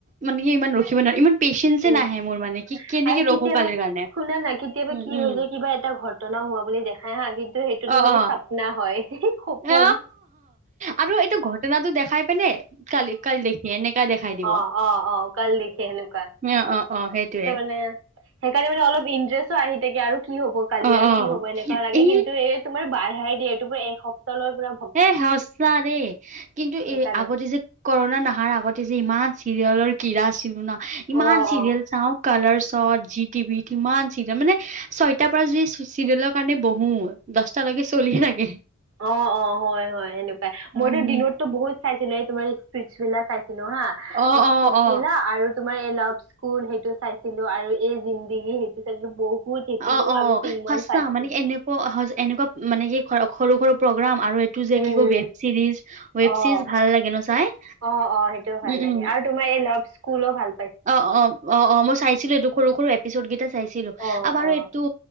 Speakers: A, on the right; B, on the right.
A: মানে কি ইমান ৰখিব নোৱাৰো ইমান পেচেঞ্চে
B: উম
A: নাহে মোৰ মানে কি কেনেকে
B: আৰু
A: ৰখো
B: কেতিয়াবা
A: কালিৰ কাৰণে।
B: শুনা নাই কি কেতিয়াবা
A: উম উম
B: হৈ গৈ কিবা এটা ঘটনা হোৱা বুলি দেখাই হা, কিন্তু সেইটোতো
A: অ
B: মানে
A: অ
B: চাপনা হয়। পোন
A: অ আৰু এইটো ঘটনা টো দেখাই পেনে কালি কাল দেখি এনেকা দেখাই দি
B: অঁ অঁ অঁ কাল দেখিয়ে হেনকা
A: অঁ অঁ অঁ সেইটোয়ে।
B: ছে, সেইকাৰণে মানে অলপ ইন্টাৰেষ্টো আহি থাকে আৰু কি হব কালি
A: অ
B: আৰু
A: অ
B: কি হ'ব। এনেকুৱা লাগে
A: এ
B: কিন্তু এই তোমাৰ বাঢ়াই দিয়ে এইটো পোৰা এসপ্তাহ লৈ পোৰা।
A: এ সঁচা দেই কিন্তু
B: সেইকাৰণে
A: এই আগতে যে। কৰোণা নহাৰ আগতে যে ইমান চিৰিয়েলৰ কিৰা আছিলো না, ইমান
B: অ
A: চিৰিয়েল
B: অ
A: চাওঁ। কালাৰচত জি টিভি কিমান চিজন মানে ছয়টাৰ পৰা যদি চিৰিয়েলৰ কাৰণে বহো। দচটালৈকে চলিয়ে থাকে।
B: অঁ অঁ হয় হয় সেনেকুৱাই,
A: উম
B: মইতো দিনতো বহুত চাইছিলো এই তোমাৰ স্পিছ ভিলা চাইছিলো হা
A: অ
B: স্পিছ
A: অ অ
B: ভিলা আৰু তোমাৰ এই লাভ স্কুল সেইটো চাইছিলো আৰু এই জিন্দগী সেইটো চাইছিলো, বহুত সেইটোতো
A: অ অ
B: আগতে ইমান
A: সঁচা
B: চাইছিলো
A: মানে কি এনেকুৱা এনেকুৱা মানে কি সৰু সৰু প্ৰগ্ৰাম আৰু এ টোযে
B: উম
A: কি কই
B: um
A: web series web
B: uh
A: series ভাল লাগে ন চাই।
B: অ অ সেইটোও ভাল
A: উম
B: লাগে
A: উম
B: আৰু তোমাৰ ল কুলো ভাল
A: অ অ অ অ মই চাইছিলো এইটো সৰু সৰু এপিচদ কেইটা চাইছিলো
B: অ
A: আৰু বাৰু
B: অ
A: এইটো।